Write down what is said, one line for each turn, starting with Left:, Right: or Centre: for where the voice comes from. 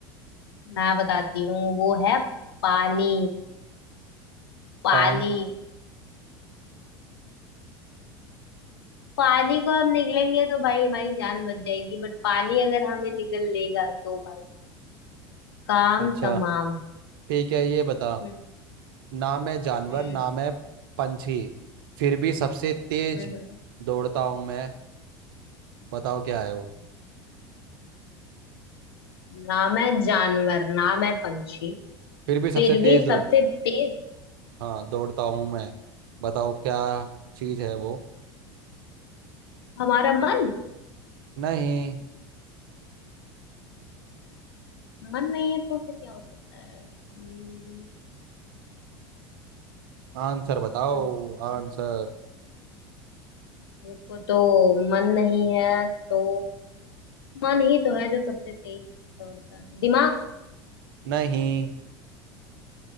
Left: मैं बताती हूँ वो है पानी पानी
Right: पान
Left: पानी को हम निकलेंगे तो भाई हमारी जान बच जाएगी बट पानी अगर हमें निकल लेगा तो भाई काम
Right: अच्छा
Left: तमाम
Right: ठीक है ये बता
Left: हम्म
Right: ना मैं जानवर
Left: हम्म
Right: ना मैं पंछी फिर भी सबसे तेज
Left: हम्म।
Right: दौड़ता हूँ मैं बताओ क्या है वो
Left: ना मैं जानवर ना मैं पंछी
Right: फिर भी सबसे
Left: फिर
Right: तेज
Left: भी
Right: दौड़
Left: सबसे तेज
Right: हाँ दौड़ता हूँ मैं बताओ क्या चीज है वो
Left: हमारा मन
Right: नहीं
Left: मन नहीं है तो फिर क्या हो सकता है हम्म,
Right: आंसर बताओ
Left: ऐसा क्या
Right: आंसर
Left: रुको तो मन नहीं है तो मन ही तो है जो सबसे तेज दौड़ता है दिमाग
Right: नहीं